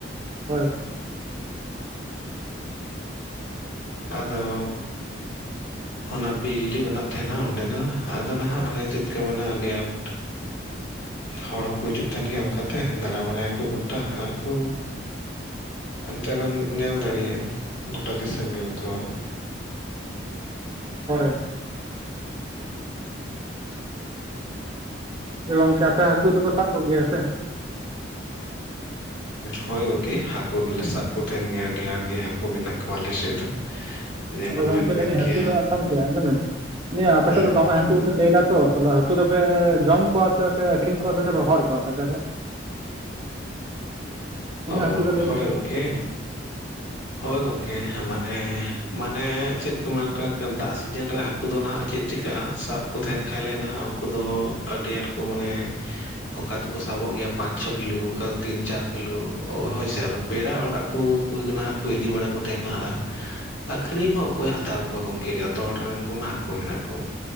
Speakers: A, on the right; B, on the left.
A: ᱦᱳᱭ᱾
B: ᱟᱫᱚ ᱚᱱᱟ ᱵᱤᱡᱽᱞᱤ ᱵᱮᱱᱟᱜ ᱛᱟᱦᱮᱱᱟ ᱚᱸᱰᱮ ᱫᱚ ᱟᱫᱚ ᱱᱟᱦᱟᱜ ᱚᱱᱟ ᱪᱮᱫ ᱠᱚ ᱢᱮᱱᱟ ᱟᱹᱰᱤ ᱟᱸᱴ ᱦᱚᱲ ᱦᱚᱸᱠᱚ ᱦᱤᱡᱩᱜ ᱛᱟᱦᱮᱱ ᱜᱮᱭᱟ ᱚᱱᱠᱟᱛᱮ ᱫᱟᱬᱟ ᱵᱟᱲᱟᱭᱟ ᱠᱚ ᱜᱚᱴᱟ, ᱟᱨᱠᱚ ᱚᱱᱛᱮ ᱵᱮᱱ ᱧᱮᱞ ᱫᱟᱲᱮᱭᱟᱜᱼᱟ ᱜᱚᱴᱟ ᱫᱤᱥᱚᱢ ᱜᱮ ᱚᱱᱠᱟᱣᱟ᱾
A: ᱦᱳᱭ᱾
B: <unintelligible>
A: ᱡᱮ ᱜᱚᱝᱠᱮ ᱟᱯᱮ ᱦᱟᱹᱠᱩ ᱫᱚᱯᱮ ᱥᱟᱵ ᱠᱚ ᱜᱮᱭᱟ ᱥᱮ,
B: ᱦᱚᱭ ᱜᱚᱝᱠᱮ ᱦᱟᱹᱠᱩ ᱫᱚᱞᱮ ᱥᱟᱵ ᱠᱚᱛᱮᱱ ᱜᱮᱭᱟ ᱟᱹᱰᱤ ᱟᱸᱴ ᱜᱮ ᱦᱟᱹᱠᱩ ᱢᱮᱱᱟᱜ ᱠᱚᱣᱟ ᱟᱞᱮ ᱥᱮᱫ ᱫᱚ, ᱡᱮᱢᱚᱱ
A: ᱟᱫᱚ ᱜᱚᱢᱠᱮ
B: ᱵᱮᱱ ᱢᱮᱱ
A: ᱞᱟᱭ ᱫᱟᱸᱧ
B: ᱠᱮᱭᱟ
A: ᱦᱟᱹᱠᱩ ᱫᱚ ᱜᱚᱢᱠᱮ ᱟᱡᱚᱢ ᱵᱮᱱ ᱱᱤᱭᱟᱹ ᱟᱯᱮ
B: ᱦᱩᱸ
A: ᱥᱮᱫ ᱫᱚ ᱫᱚᱢᱮ ᱦᱟᱹᱠᱩ ᱞᱟᱹᱭ ᱫᱟ ᱛᱚ ᱛᱟᱦᱚᱞᱮ ᱦᱟᱹᱠᱩ ᱫᱚᱯᱮ ᱡᱚᱢ ᱠᱚᱣᱟ ᱥᱮᱯᱮ ᱟᱠᱷᱨᱤᱧ ᱠᱚᱣᱟ ᱥᱮ ᱯᱮ ᱨᱚᱦᱚᱲ ᱠᱚᱣᱟᱯᱮ ᱟᱯᱮ ᱫᱚ? ᱩᱱᱟᱹᱜ
B: ᱚ
A: ᱦᱟᱹᱠᱩ ᱫᱚ ᱞᱟᱹᱭ
B: ᱦᱳᱭ
A: ᱫᱟᱯᱮ
B: ᱜᱚᱢᱠᱮ, ᱦᱳᱭ ᱜᱚᱝᱠᱮ ᱢᱟᱱᱮ ᱢᱟᱱᱮ ᱪᱮᱫ ᱠᱚ <unintelligible> ᱫᱟᱜ ᱥᱤᱡᱤᱱ ᱨᱮ ᱦᱟᱹᱠᱩ ᱩᱱᱠᱩ ᱫᱚ ᱱᱟᱦᱟᱸᱜ ᱪᱮᱫ ᱪᱤᱠᱟᱹᱜ-ᱟ ᱥᱟᱵ ᱠᱚ ᱛᱟᱦᱮᱱ ᱠᱷᱟᱡ ᱞᱮ ᱱᱟᱦᱟᱸᱜ ᱩᱱᱠᱩ ᱫᱚ ᱟᱹᱰᱤ ᱟᱸᱴ ᱠᱚ ᱢᱟᱱᱮ ᱚᱠᱟ ᱫᱚᱠᱚ ᱥᱟᱵᱚᱜ ᱜᱮᱭᱟ ᱯᱟᱸᱪ ᱪᱷᱚ ᱠᱤᱞᱳ ᱚᱠᱟ ᱫᱚ ᱛᱤᱱ ᱪᱟᱨ ᱠᱤᱞᱳ ᱦᱳᱭ ᱥᱮ ᱟᱫᱚ ᱯᱮᱲᱟ ᱚᱲᱟᱜ ᱠᱚ ᱠᱚ ᱱᱟᱸᱜ ᱤᱫᱤ ᱵᱟᱲᱟ ᱠᱚ ᱛᱟᱦᱮᱱᱟ, ᱟᱨ ᱟᱠᱷᱨᱤᱧ ᱦᱚᱸ ᱚᱠᱚᱭ ᱦᱟᱛᱟᱣ ᱠᱚᱣᱟ ᱜᱚᱝᱠᱮ ᱡᱚᱛᱚ ᱦᱚᱲ ᱨᱮᱱ ᱜᱮᱢᱟ ᱦᱟᱹᱠᱩ ᱢᱮᱱᱟᱜ ᱠᱚ᱾